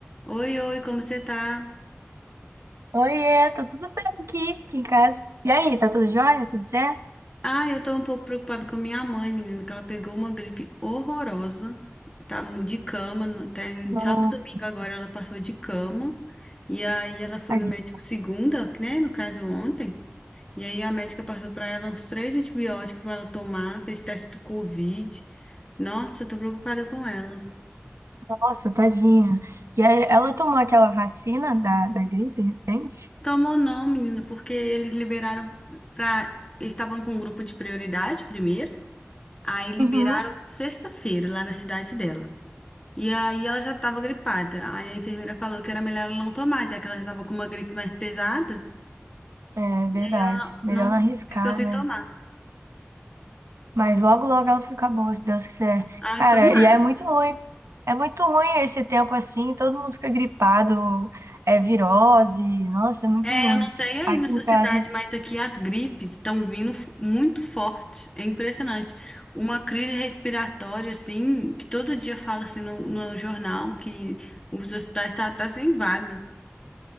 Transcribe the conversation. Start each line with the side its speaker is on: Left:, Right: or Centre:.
Left: Oi, oi, como você tá?
Right: Oiê, tá tudo bem aqui, aqui em casa? E aí, tá tudo jóia? Tudo certo?
Left: Ah, eu tô um pouco preocupada com a minha mãe, menina, que ela pegou uma gripe horrorosa. Tá mu- de cama, não- tem
Right: Nossa,
Left: sábado e domingo agora ela passou de cama. E aí ela foi
Right: tadinha.
Left: no médico segunda, né, no caso ontem. E aí a médica passou pra ela uns três antibióticos pra ela tomar, fez teste do Covid. Nossa, eu tô preocupada com ela.
Right: Nossa, tadinha. E aí, ela tomou aquela vacina da, da gripe recente?
Left: Tomou não, menina, porque eles liberaram pra... Eles estavam com um grupo de prioridade primeiro. Aí liberaram
Right: Uhum,
Left: sexta-feira lá na cidade dela. E aí ela já estava gripada. Aí a enfermeira falou que era melhor ela não tomar, já que ela já estava com uma gripe mais pesada.
Right: é verdade.
Left: E aí ela não,
Right: Melhor
Left: não
Right: não arriscar,
Left: ficou sem
Right: né?
Left: tomar.
Right: Mas logo, logo ela fica boa, se Deus quiser.
Left: Ai,
Right: Cara,
Left: tomara.
Right: e é muito ruim. É muito ruim esse tempo assim, todo mundo fica gripado, é virose. Nossa, é muito
Left: É,
Right: ruim.
Left: eu não sei aí
Right: Aqui
Left: nessa
Right: em
Left: cidade,
Right: casa.
Left: mas aqui as gripes estão vindo f- muito forte. É impressionante. Uma crise respiratória, assim, que todo dia fala assim no, no jornal que os hospitais tá, tá sem vaga.